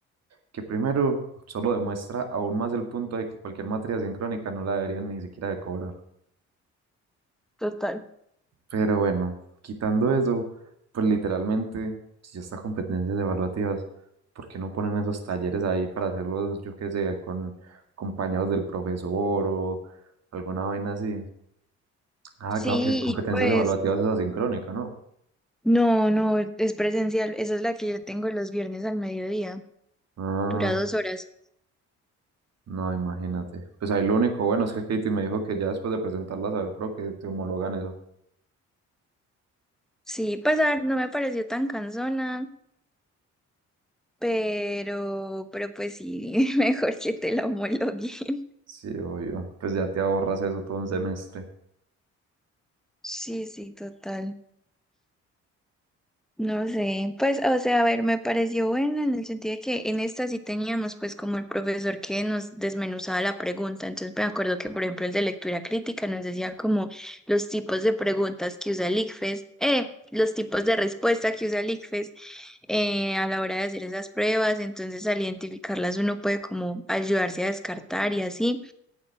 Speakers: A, on the right; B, in the centre.
A: que primero solo demuestra aún más el punto de que cualquier materia sincrónica no la deberían ni siquiera de cobrar.
B: total.
A: Pero bueno, quitando eso, pues literalmente, si ya está competencias evaluativas, ¿por qué no ponen esos talleres ahí para hacerlos, yo qué sé, con compañeros del profesor o alguna vaina así? Ah,
B: Sí,
A: claro que competencias
B: y pues
A: evaluativas es asincrónica, ¿no?
B: no, no, es presencial. Esa es la que yo tengo los viernes al mediodía.
A: Ah,
B: Dura dos horas.
A: no, imagínate. Pues ahí lo único bueno es que Katie me dijo que ya después de presentarlas a saber Pro que te homologan eso.
B: Sí, pues a ver, no me pareció tan cansona, pero, pero pues sí, <laughs> mejor que te la homologuen.
A: Sí, obvio. Pues ya te ahorras eso todo un semestre.
B: Sí, sí, total. No sé, pues, o sea, a ver, me pareció buena en el sentido de que en esta sí teníamos pues como el profesor que nos desmenuzaba la pregunta, entonces me acuerdo que por ejemplo el de lectura crítica nos decía como los tipos de preguntas que usa el ICFES, eh, los tipos de respuesta que usa el ICFES eh, a la hora de hacer esas pruebas, entonces al identificarlas uno puede como ayudarse a descartar y así.